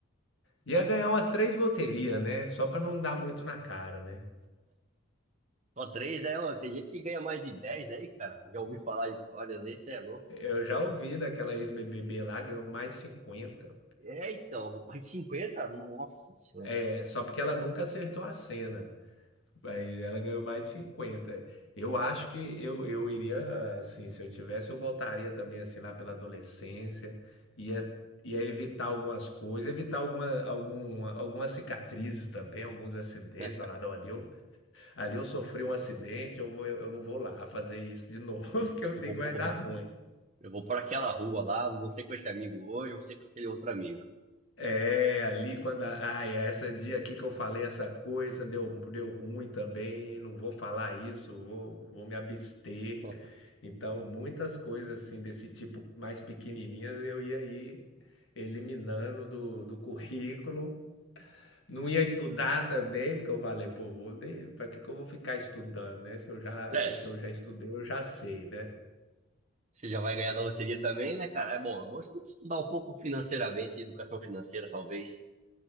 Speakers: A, on the left; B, on the right.
A: Ia ganhar umas três loterias, né? Só pra não dar muito na cara, né?
B: Só três, né? Ó, tem gente que ganha mais de 10, aí, cara. Já ouvi falar histórias, esse é louco.
A: Eu já ouvi daquela ex-BBB lá, ganhou mais de cinquenta
B: É, então, mais de 50? Nossa senhora.
A: É, só porque ela nunca acertou a cena. Mas ela ganhou mais de cinquenta Eu acho que eu, eu iria, assim, se eu tivesse, eu voltaria também, assim, lá pela adolescência. Ia, ia evitar algumas coisas, evitar alguma, algum, algumas cicatrizes também, alguns acidentes.
B: <laughs>
A: Falar, não, ali eu, ali eu sofri um acidente, eu vou, eu não vou lá fazer isso de novo, <laughs>
B: Eu,
A: porque eu sei
B: eu vou,
A: que vai
B: eu
A: dar
B: vou
A: ruim.
B: Eu vou para aquela rua lá, vou ser com esse amigo hoje, vou ser com aquele outro amigo.
A: É, ali quando. A, ai, esse dia aqui que eu falei essa coisa, deu, deu ruim também, não vou falar isso, vou, vou me abster.
B: <laughs>
A: Então, muitas coisas assim desse tipo mais pequenininhas eu ia aí eliminando do, do currículo. Não ia estudar também, porque eu falei, pô, vou, para que que eu vou ficar estudando, né? Se eu já,
B: Desce.
A: o que eu já estudei, eu já sei, né?
B: Você já vai ganhar da loteria também, né, cara? É bom, é bom estudar um pouco financeiramente, educação financeira, talvez.